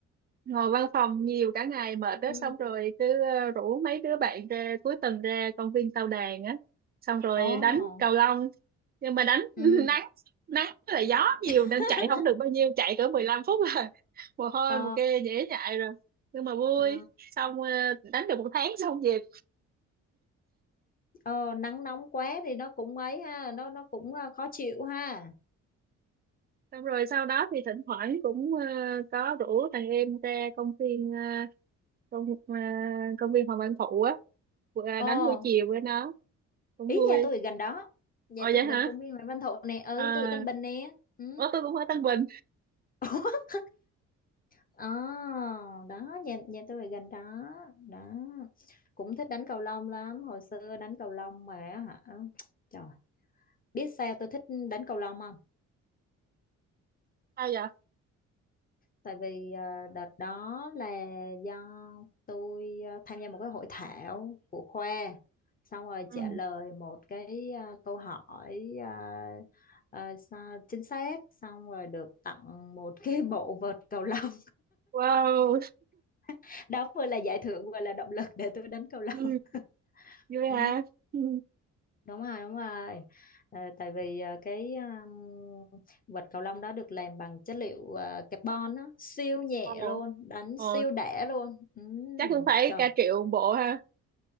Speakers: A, on the right; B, on the left.
A: ngồi văn phòng nhiều cả ngày mệt đó
B: ừ
A: xong rồi cứ ờ, rủ mấy đứa bạn ra cuối tuần ra công viên Tao Đàn á xong rồi
B: ồ
A: đánh cầu lông nhưng mà đánh <laughs>
B: ừ
A: nắng nắng với lại gió nhiều
B: <laughs>
A: nên chạy không được bao nhiêu chạy cỡ 15 phút là <laughs> mồ hôi
B: ờ
A: mồ kê dễ nhại rồi nhưng mà vui
B: ờ
A: xong ờ, đánh được một tháng xong về
B: Ờ, nắng nóng quá thì nó cũng ấy ha, nó nó cũng ờ, khó chịu ha.
A: xong rồi sau đó thì thỉnh thoảng cũng ờ, có rủ thằng em ra công viên ờ, công ờ, công viên Hoàng Văn Thụ á ờ,
B: Ờ,
A: đánh buổi chiều với nó cũng
B: ý
A: vui
B: nhà tôi ở gần đó. Nhà
A: ồ
B: tôi
A: vậy hả
B: gần công viên Nguyễn Văn Thụ nè, ừ,
A: à
B: tôi ở Tân Bình nè. Ừ.
A: ủa tôi cũng ở Tân Bình
B: <laughs> Ờ, đó, nhà nhà tôi ở gần đó. Đó. Cũng thích đánh cầu lông lắm, hồi xưa đánh cầu lông mà hả? Trời, biết sao tôi thích đánh cầu lông không?
A: sao vậy
B: tại vì à, đợt đó là do tôi à, tham gia một cái hội thảo của khoa xong rồi
A: ừ.
B: trả lời một cái à, câu hỏi à, à, sa- chính xác xong rồi được tặng một cái <laughs> bộ vợt cầu lông
A: wow
B: <laughs> đó vừa là giải thưởng vừa là động lực để tôi đánh cầu lông
A: ừ.
B: <laughs>
A: vui
B: ừ
A: hả ừ.
B: đúng rồi đúng rồi Ờ, tại vì ờ, cái um, vợt cầu lông đó được làm bằng chất liệu ờ, carbon á siêu nhẹ
A: ồ
B: luôn đánh
A: ồ
B: siêu đẻ luôn Ừm,
A: chắc cũng phải
B: trời
A: cả triệu một bộ ha